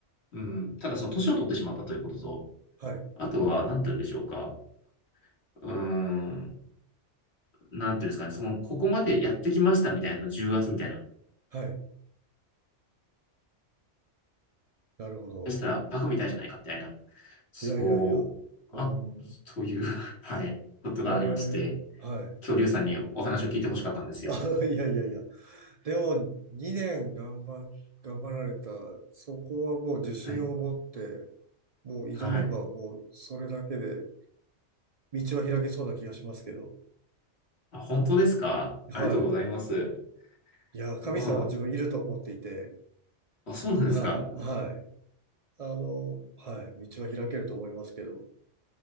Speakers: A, on the left (about 60°); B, on the right (about 55°).
A: うん、ただその年を取ってしまったということと、
B: はい、
A: あとは、なんて言うんでしょうか。うーん、なんていうんですかね、その、ここまでやってきましたみたいな、その重圧みたいな
B: はい。なるほど。
A: したらバカみたいじゃないかみたいな。そう。
B: いやいやいや。うーん。
A: あ、という <laughs> はい、ことがありまして、
B: ええ、はい。
A: 恐竜さんにお話を聞いてほしかったんですよ。
B: あ、いやいやいや。でも、2年頑張、頑張られた、そこはもう自信を持って、
A: はい。
B: もう挑めば、
A: はい。
B: もうそれだけで、道は開けそうな気がしますけど。
A: あ、本当ですかありがとうございます。
B: はい。いや、神様は自分いると思っていて、
A: まあ、あ、そうなんですか
B: はい、はい。あの、はい、道は開けると思いますけど、